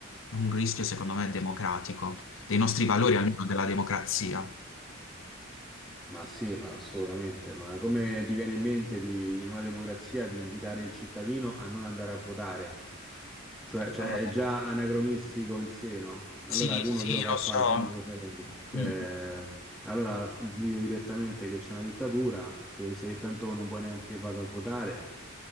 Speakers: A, on the left; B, in the centre.
A: un rischio, secondo me, democratico dei nostri valori, almeno della democrazia.
B: Ma sì, ma assolutamente. Ma come ti viene in mente di, in una democrazia di invitare il cittadino a non andare a votare? Cioè, cioè,
A: Ah,
B: è già anacronistico in sé, no? Allora
A: Sì,
B: uno
A: sì,
B: che lo fa
A: lo
B: fare
A: so,
B: il referendum. Cioè,
A: Mm,
B: allora dire direttamente che c'è una dittatura, te- se tanto non vuoi neanche che vada a votare,